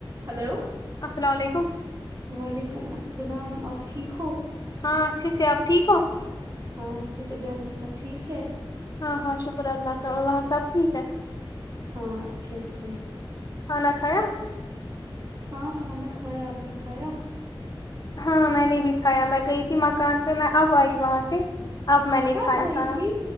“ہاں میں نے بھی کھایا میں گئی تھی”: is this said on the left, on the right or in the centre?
Left